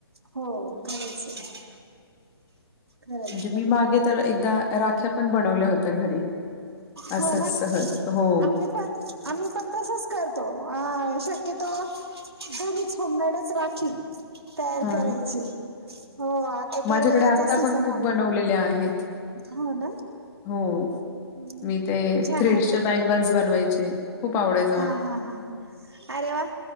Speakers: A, on the right (about 70°); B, on the left (about 20°).
A: हो खरंच आहे खरंय
B: म्हणजे
A: खरंय
B: मी मागे तर एकदा राख्या पण बनवल्या होत्या घरी.
A: हो
B: असच
A: ना
B: सहज. हो.
A: आम्ही पण आम्ही पण तसच करतो. अ- शक्यतो- घरीच. होममेडच राखी. तयार
B: हो
A: करायची.
B: ना.
A: हो. आता
B: माझ्याकडे
A: तर याचा
B: आत्ता
A: सीझन
B: पण खूप
A: आला.
B: बनवलेल्या आहेत.
A: हो ना?
B: हो,
A: हं.
B: मी ते
A: छान
B: थ्रेड्सच्या
A: हॉबी ए.
B: बँगल्स बनवायचे. खूप आवडाय-
A: हा. हा. हा. हा. आरे वा!